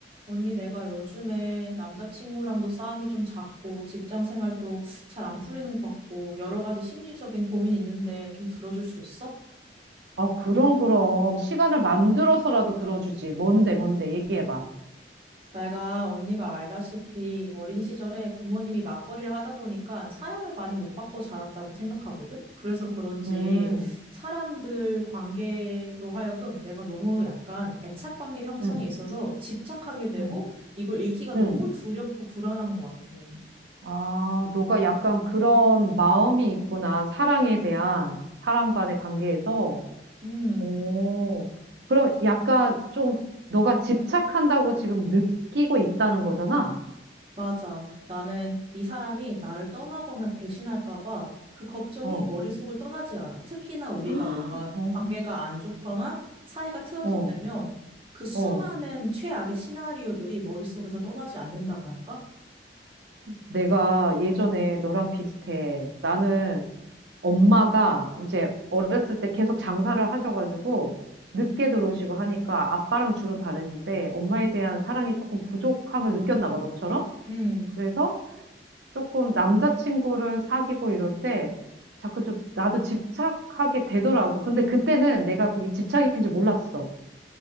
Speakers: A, on the right; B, on the right.
A: 언니, 내가 요즘에 남자친구랑도 싸움이 좀 잦고, 직장 생활도 잘 안 풀리는 것 같고, 여러 가지 심리적인 고민이 있는데 좀 들어줄 수 있어?
B: 아, 그럼, 그럼. 시간을 만들어서라도 들어주지. 뭔데, 뭔데, 얘기해봐.
A: 내가 언니가 알다시피 어린 시절에 부모님이 맞벌이를 하다 보니까 사랑을 많이 못 받고 자랐다고 생각하거든? 그래서 그런지
B: 음,
A: 사람들 관계로 하여금 내가 너무 약간 애착 관계 형성에
B: 음,
A: 있어서 집착하게 되고,
B: 음,
A: 이걸 잃기가 너무
B: 음.
A: 두렵고 불안한 것 같아.
B: 아, 너가 약간 그런 마음이 있구나. 사랑에 대한, 사람 간의 관계에서.
A: 음.
B: 오, 그럼 약간 좀, 너가 집착한다고 지금 느끼고 있다는 거잖아?
A: 맞아. 나는 이 사람이 나를 떠나거나 배신할까 봐 그 걱정이
B: 어,
A: 머릿속을 떠나질 않아. 특히나 우리가
B: <gasps>
A: 뭔가
B: 어,
A: 관계가 안 좋거나 사이가 틀어질
B: 어,
A: 때면 그 수많은
B: 어.
A: 최악의 시나리오들이 머릿속에서 떠나지 않는다고 할까?
B: 내가 예전에 너랑 비슷해. 나는 엄마가 이제 어렸을 때 계속 장사를 하셔가지고 늦게 들어오시고 하니까 아빠랑 주로 다녔는데 엄마에 대한 사랑이 조금 부족함을 느꼈나 봐, 너처럼.
A: 음,
B: 그래서 조금 남자친구를 사귀고 이럴 때 자꾸 좀 나도 집착하게 되더라고. 근데 그때는 내가 그게 집착인지 몰랐어.